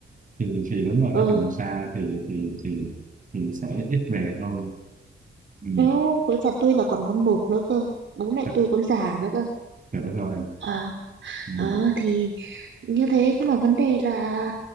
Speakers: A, on the right; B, on the right.
A: thì thì đúng là lấy
B: ờ
A: chồng xa thì thì thì thì sẽ ít về hơn ừ.
B: ừ, với cả tôi là còn con một nữa cơ bố mẹ
A: Trời
B: tôi còn già nữa cơ
A: trời đất ơi
B: Ờ,
A: ừ.
B: Ờ thì như thế nhưng mà vấn đề là